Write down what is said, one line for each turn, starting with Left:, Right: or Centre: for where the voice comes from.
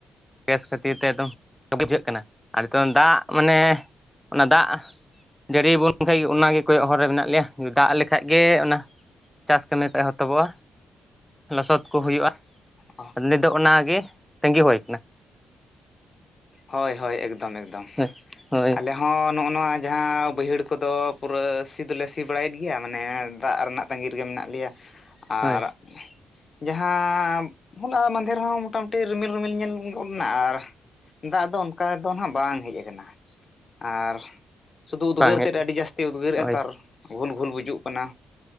Centre: ᱜᱮᱥ ᱠᱷᱟᱹᱛᱤᱨ ᱛᱮ ᱮᱠᱫᱚᱢ <unintelligible> ᱵᱩᱡᱷᱟᱹᱜ ᱠᱟᱱᱟ ᱟᱨ ᱱᱤᱛᱚᱝ ᱫᱟᱜ ᱢᱟᱱᱮ ᱚᱱᱟ ᱫᱟᱜ ᱡᱟᱹᱲᱤ ᱵᱚᱱ ᱠᱷᱟᱡ ᱜᱮ ᱚᱱᱟᱜᱮ ᱠᱚᱭᱚᱜ ᱦᱚᱨ ᱨᱮ ᱢᱮᱱᱟᱜ ᱞᱮᱭᱟ ᱫᱟᱜ ᱞᱮᱠᱷᱟᱡ ᱜᱮ ᱚᱱᱟ ᱪᱟᱥ ᱠᱟᱹᱢᱤ ᱠᱚ ᱮᱦᱚᱛᱚᱵᱚᱜᱼᱟ ᱞᱚᱥᱚᱫ ᱠᱚ ᱦᱩᱭᱩᱜᱼᱟ
Left: ᱚ
Centre: ᱱᱤᱛ ᱫᱚ ᱚᱱᱟᱜᱮ ᱛᱟᱹᱝᱜᱤ ᱦᱳᱭ ᱠᱟᱱᱟ
Left: ᱦᱳᱭ ᱦᱳᱭ ᱮᱠᱫᱚᱢ ᱮᱠᱫᱚᱢ
Centre: ᱦᱳᱭ, ᱦᱳᱭ
Left: ᱟᱞᱮ ᱦᱚᱸ ᱱᱚᱜᱼᱚ ᱱᱚᱣᱟ ᱡᱟᱦᱟᱸ ᱵᱟᱹᱭᱦᱟᱹᱲ ᱠᱚᱫᱚ ᱯᱩᱨᱟᱹ ᱥᱤ ᱫᱚᱞᱮ ᱥᱤ ᱵᱟᱲᱟᱭᱮᱫ ᱜᱮᱭᱟ ᱢᱟᱱᱮ ᱫᱟᱜ ᱨᱮᱱᱟᱜ ᱛᱟᱺᱜᱤ ᱨᱮᱜᱮ ᱢᱮᱱᱟᱜ ᱞᱮᱭᱟ ᱟᱨ
Centre: ᱦᱳᱭ
Left: ᱡᱟᱦᱟᱸ ᱦᱚᱞᱟ ᱢᱟᱫᱷᱮᱨ ᱦᱚᱸ ᱢᱚᱴᱟᱢᱩᱴᱤ ᱨᱤᱢᱤᱞ ᱨᱤᱢᱤᱞ ᱧᱮᱞ ᱜᱚᱫᱱᱟ ᱟᱨ ᱫᱟᱜ ᱫᱚ ᱚᱱᱠᱟ ᱫᱚ ᱱᱟᱦᱟᱜ ᱵᱟᱝ ᱦᱮᱡ ᱟᱠᱟᱱᱟ ᱟᱨ ᱥᱩᱫᱷᱩ ᱩᱫᱽᱜᱟᱹᱨ
Centre: ᱵᱟᱝ ᱦᱮᱡ
Left: ᱛᱮᱫ ᱟᱹᱰᱤ ᱡᱟᱹᱥᱛᱤ ᱩᱫᱽᱜᱟᱹᱨ ᱮᱫᱟ
Centre: ᱦᱳᱭ
Left: ᱛᱚ ᱟᱨ ᱜᱷᱩᱞ ᱜᱷᱩᱞ ᱵᱩᱡᱩᱜ ᱠᱟᱱᱟ